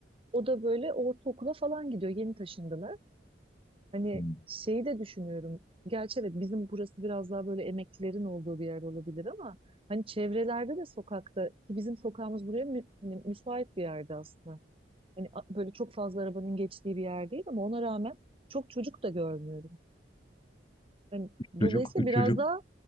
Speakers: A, on the right (about 30°); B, on the left (about 30°).
A: O da böyle ortaokula falan gidiyor. Yeni taşındılar. Hani
B: Hmm.
A: şeyi de düşünüyorum. Gerçi evet bizim burası biraz daha böyle emeklilerin olduğu bir yer olabilir ama hani çevrelerde de sokakta ki bizim sokağımız buraya mü- hani müsait bir yerde aslında. Hani a- böyle çok fazla arabanın geçtiği bir yer değil ama ona rağmen çok çocuk da görmüyorum. Hani dolayısıyla
B: Çocuk, üç
A: biraz
B: çocuk,
A: daha